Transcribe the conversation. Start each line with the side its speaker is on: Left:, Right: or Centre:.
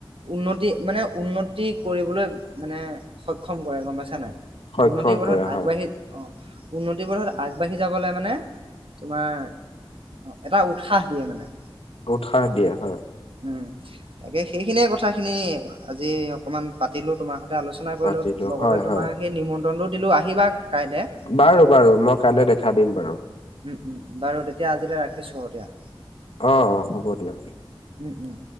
Right: উন্নতি মানে উন্নতি কৰিবলৈ মানে সক্ষম কৰে গম পাইছা নাই?
Left: সক্ষম
Right: উন্নতি পথত
Left: কৰে হয়
Right: আগবাঢ়ি অ, উন্নতি পথত আগবাঢ়ি যাবলে মানে তোমাৰ এটা উৎসাহ দিয়ে মানে।
Left: উৎসাহ দিয়ে হয়।
Right: উম তাকে সেইখিনিয়ে কথা খিনি আজি অকনমান পাতিলো তোমাৰ সৈতে আলোচনা আলোচনা
Left: পাতিলো
Right: কৰিলো লগতে
Left: হয়
Right: তোমাক
Left: হয়
Right: সেই নিমন্ত্ৰণটো দিলোঁ আহিবা কাইলৈ।
Left: বাৰু বাৰু মই কাইলৈ দেখা দিম বাৰু।
Right: উম উম বাৰু তেতিয়া আজিলৈ ৰাখিছোঁ অ দিয়া।
Left: অ অ হ'ব দিয়া।
Right: উম উম।